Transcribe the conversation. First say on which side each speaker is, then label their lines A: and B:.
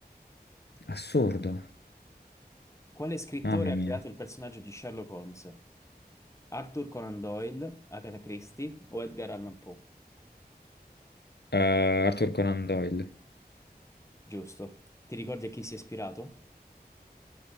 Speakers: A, on the left (about 85°); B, on the left (about 15°).
A: Assurdo.
B: Quale scrittore
A: Mamma
B: ha
A: mia.
B: creato il personaggio di Sherlock Holmes? Arthur Conan Doyle, Agatha Christie o Edgar Allan Poe?
A: Eh, Arthur Conan Doyle.
B: Giusto. Ti ricordi a chi si è ispirato?